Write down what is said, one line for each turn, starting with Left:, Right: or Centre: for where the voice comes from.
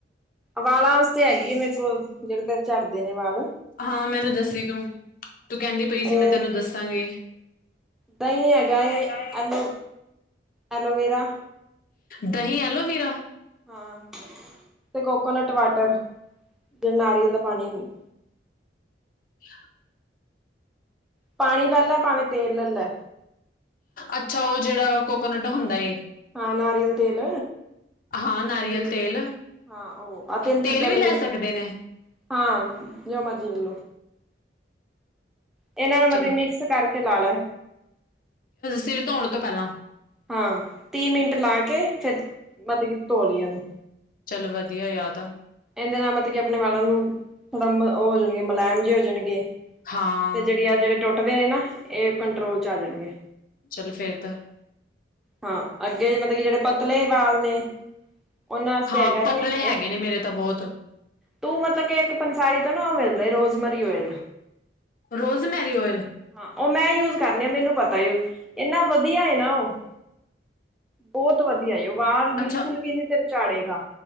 Centre: ਵਾਲਾਂ ਵਾਸਤੇ ਹੈਗੀ ਆ ਮੇਰੇ ਕੋਲ ਜਿਹੜੇ ਫੇਰੇ ਝੜਦੇ ਨੇ ਵਾਲ
Left: ਹਾਂ ਮੈਨੂੰ ਦੱਸੀ ਤੂੰ ਤੂੰ ਕਹਿੰਦੀ ਪਈ ਸੀ
Centre: ਇਹ
Left: ਮੈਂ ਤੈਨੂੰ ਦੱਸਾਂਗੀ ਸਹੀ
Centre: ਦਹੀਂ ਏ
Left: ਹੈਗਾ ਹੈ
Centre: ਐਲੋ ਐਲੋਵੇਰਾ
Left: ਦਹੀਂ ਐਲੋਵਰਾ
Centre: ਹਾਂ ਤੇ ਕੋਕੋਨਟ ਵਾਟਰ ਜਿ ਨਾਰੀਅਲ ਦਾ ਪਾਣੀ ਹੁੰਦਾ
Left: <inaudible>
Centre: ਪਾਣੀ ਲੈ ਲੈ ਭਾਵੇਂ ਤੇਲ ਲੈ ਲੈ
Left: ਅੱਛਾ ਉਹ ਜਿਹੜਾ ਕੋਕੋਨਟ ਹੁੰਦਾ ਏ
Centre: ਹਾਂ ਨਾਰੀਅਲ ਤੇਲ
Left: ਹਾਂ ਨਾਰੀਅਲ ਤੇਲ
Centre: ਹਾਂ ਉਹ ਆਹ ਤਿੰਨ ਚੀਜ਼ਾਂ
Left: ਤੇਲ ਵੀ
Centre: ਨੂੰ
Left: ਲੈ
Centre: ਮਿਕਸ
Left: ਸਕਦੇ ਨੇ
Centre: ਹਾਂ ਜੋ ਮਰਜੀੀ ਲੇਲੋ ਇਹਨਾਂ ਨੂੰ ਮਲਬ
Left: ਚਲੋ
Centre: ਮਿਕਸ ਕਰਕੇ ਲਾ ਲੈ
Left: ਸਿਰ ਧੋਣ ਤੋਂ ਪਹਿਲਾਂ
Centre: ਹਾਂ ਤੀਹ ਮਿੰਟ ਲਾ ਕੇ ਫੇਿਰ ਮਤਲਬ ਕਿ ਧੋਲੀ ਉਹਨੂੰ
Left: ਚੱਲ ਵਧੀਆ ਯਾਦ ਆ
Centre: ਇਹਦੇ ਨਾਲ ਮਤਲਬ ਕਿ ਆਪਣੇ ਵਾਲਾਂ ਨੂੰ ਥੋੜਾ ਉਹ ਹੋ ਜਾਣਗੇ ਮੁਲਾਇਮ ਜਿ ਹੋ ਜਾਣਗੇ
Left: ਹਾਂ
Centre: ਤੇ ਜਿਹੜੀ ਆ ਜਿਹੜੇ ਟੁੱਟਦੇ ਨੇ ਨਾ ਇਹ ਕੰਟਰੋਲ ਚ ਆ ਜਾਣਗੇ
Left: ਚੱਲ ਫੇਰ ਤਾਂ
Centre: ਹਾਂ ਅੱਗੇ ਮਤਲਬ ਕਿ ਜਿਹੜੇ ਪਤਲੇ ਵਾਲ ਨੇ ਉਹਨਾਂ ਵਾਸਤੇ
Left: ਹਾਂ
Centre: ਹੈਗਾ
Left: ਪਤਲੇ
Centre: ਹੈ
Left: ਹੈਗੇ
Centre: ਇਹ
Left: ਨੇ ਮੇਰੇ ਤਾਂ ਬਹੁਤ
Centre: ਤੂੰ ਮਤਲਬ ਕਿ ਇੱਕ ਪੰਸਾਰੀ ਤੋਂ ਨਾ ਮਿਲਦਾ rosemary oil
Left: rosemary oil
Centre: ਹਾਂ ਉਹ ਮੈਂ ਯੂਜ ਕਰਨਿ ਆ ਮੈਨੂੰ ਪਤਾ ਉਹ ਇੰਨਾ ਵਧੀਆ ਨਾ ਉਹ ਬਹੁਤ ਵਧੀਆ ਉਹ ਵਾਰ ਬਿਲਕੁਲ
Left: ਅੱਛਾ
Centre: ਵੀ ਨੀ ਤੇਰੇ ਚਾੜੇਗਾ